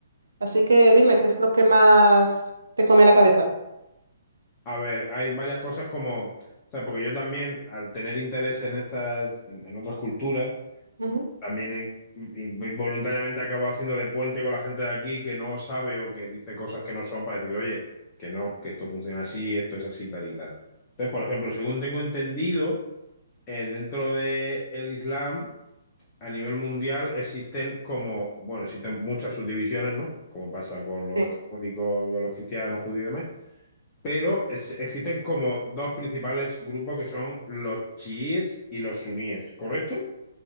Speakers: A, on the right; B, on the left.
A: Así que dime, ¿qué es lo que más te come la cabeza?
B: A ver, hay varias cosas como, o sea, porque yo también, al tener interés en estas, en, en otras culturas,
A: Ujú.
B: también in- in- involuntariamente acabo haciendo de puente con la gente de aquí que no sabe o que dice cosas que no son para decirle, oye, que no, que esto funciona así, esto es así, tal y tal. Entonces, por ejemplo, según tengo entendido, eh, dentro del Islam, a nivel mundial, existen como, bueno, existen muchas subdivisiones, ¿no? Como pasa con los
A: Sí.
B: católicos, con los cristianos, judíos y demás pero es- existen como dos principales grupos que son los chiíes y los suníes, ¿correcto?